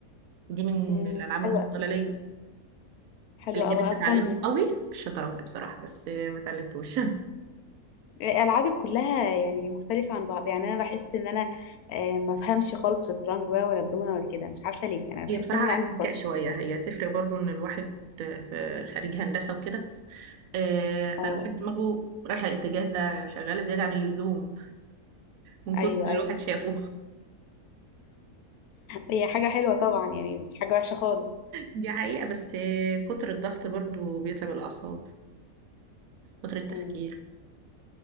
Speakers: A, on the right (about 70°); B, on the left (about 85°).
A: دي من
B: مم،
A: الألعاب المفضلة
B: حلوه أوي-
A: ليا
B: حلوه
A: اللي كان
B: قوي
A: نفسي
B: اصلا
A: أتعلمه قوي الشطرنج بصراحة بس آه، ما اتعلمتوش <laughs>
B: العابك كلها يعني مختلفه عن بعض يعني انا بحس ان انا آه، ما بفهمش خالص الشطرنج بقى ولا الدومنه ولا كده مش عارفه ليه يعني بحس
A: هي بصراحة
B: ان انا
A: عايزة
B: عندي صعوبه
A: ذكاء شوية هي تفرق برضو إن الواحد آه، في خارج هندسة وكده آه، فالواحد
B: اه
A: دماغه رايحة الاتجاه ده شغالة زيادة عن اللزوم من كتر
B: ايوه
A: اللي الواحد
B: ايوه
A: شافه
B: هي حاجه حلوه طبعا يعني مش حاجه وحشه خالص
A: دي حقيقة بس كتر الضغط برضو بيتعب الأعصاب كتر التفكير
B: مم.